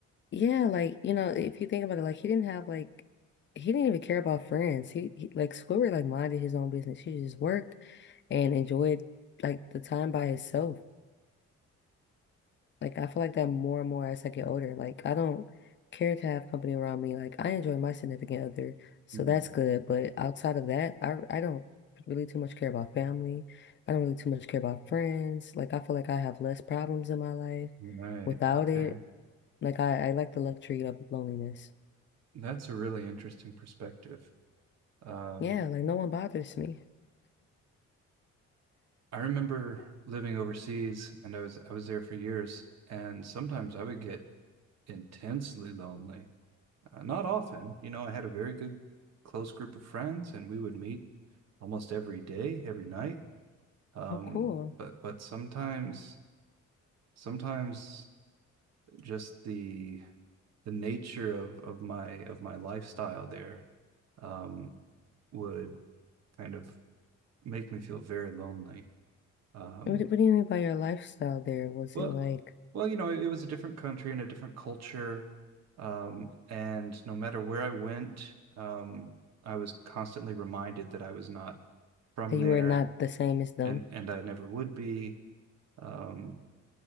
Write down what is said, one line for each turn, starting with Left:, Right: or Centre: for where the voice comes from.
Left: Yeah, like, you know, if you think about it, like he didn't have like he didn't even care about friends. He, he like Squidward like minded his own business. He just worked and enjoyed like the time by himself. Like I feel like that more and more as I get older. Like I don't care to have company around me. Like I enjoy my significant other, so
Right: Mm,
Left: that's good. But outside of that, I I don't really too much care about family. I don't really too much care about friends. Like I feel like I have less problems in my life
Right: Right.
Left: without
Right: Okay.
Left: it. Like I, I like the luxury of loneliness.
Right: That's a really interesting perspective. Um,
Left: Yeah, like no one bothers me.
Right: I remember living overseas and I was I was there for years and sometimes I would get intensely lonely. Uh, not often, you know, I had a very good close group of friends and we would meet almost every day, every night. Um,
Left: Oh, cool.
Right: but but sometimes sometimes just the the nature of of my of my lifestyle there um, would kind of make me feel very lonely. Um,
Left: What, do- what do you mean by your lifestyle there? Was
Right: well,
Left: it like
Right: well, you know, it, it was a different country and a different culture, um, and no matter where I went, um, I was constantly reminded that I was not from
Left: that you
Right: there,
Left: were not the same as them?
Right: and and I never would be. Um,